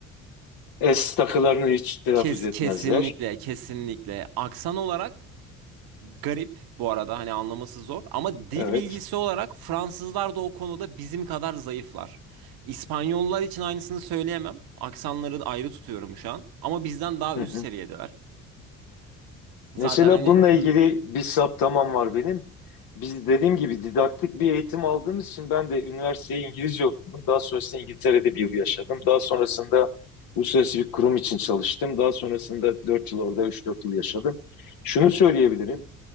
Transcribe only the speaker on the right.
Kes,
kesinlikle, kesinlikle. Aksan olarak garip bu arada hani anlaması zor. Ama dil
bilgisi olarak Fransızlar da o konuda bizim kadar zayıflar. İspanyollar için aynısını söyleyemem. Aksanları da ayrı tutuyorum şu an. Ama bizden daha
üst
seviyedeler. Zaten
hani
hı,